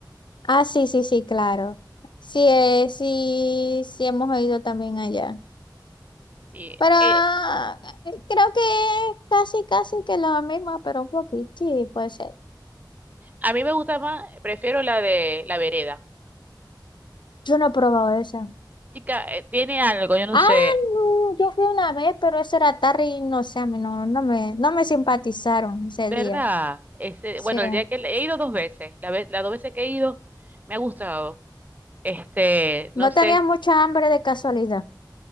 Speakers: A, on the left; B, on the right.
A: Ah, sí, sí, sí, claro. Sí, eh, sí, sí hemos oído también allá.
B: Sí,
A: Pero
B: eh,
A: ah, eh, creo que casi, casi que lo mismo, pero un poquito, sí, puede ser.
B: a mí me gusta más, prefiero la de la vereda.
A: Yo no he probado esa.
B: Chica, eh, tiene algo, yo no
A: Ah,
B: sé.
A: no, yo fui una vez, pero eso era tarde y no sé, a mí no, no me, no me simpatizaron ese
B: ¿Verdad?
A: día.
B: Este,
A: Sí,
B: bueno, el día que le- he ido dos veces, la vez, las dos veces que he ido, me ha gustado. Este,
A: no
B: no sé.
A: tenía mucha hambre de casualidad.